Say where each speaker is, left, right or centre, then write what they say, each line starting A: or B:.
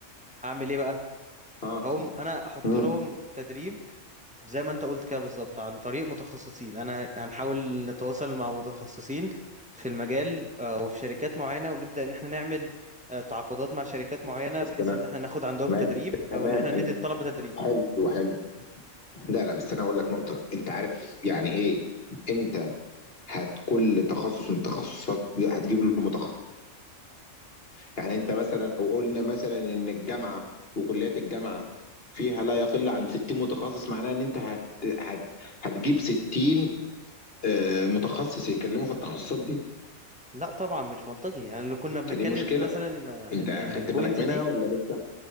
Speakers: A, in the centre; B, on the left.
A: هعمل ايه بقى
B: اه
A: هقوم انا احط
B: امم
A: لهم تدريب زي ما انت قلت كده بالظبط عن طريق متخصصين انا هنحاول نتواصل مع متخصصين في المجال آه، وفي شركات معينة ونبدأ ان احنا نعمل آه، تعاقدات مع شركات معينة
B: بس
A: بحيث
B: انا
A: ان احنا ناخد عندهم
B: ماشي
A: تدريب
B: تمام
A: او ان احنا
B: انا
A: ندي الطلبة تدريب
B: حلو حلو لا لا بس انا اقول لك نقطه انت عارف يعني ايه انت هت كل تخصص من التخصصات هتجيب له متخصص يعني انت مثلا لو قلنا مثلا ان الجامعه وكليات الجامعه فيها لا يقل عن 60 متخصص معناها ان انت هت... هت... هتجيب 60 آه، متخصص يتكلموا في التخصصات دي
A: لا طبعا مش منطقي انا اللي كنا بنتكلم
B: فدي مشكله
A: فيه مثلا آه،
B: انت
A: ان ان
B: خدت
A: البوينت
B: بالك منها
A: دي
B: ولا لسه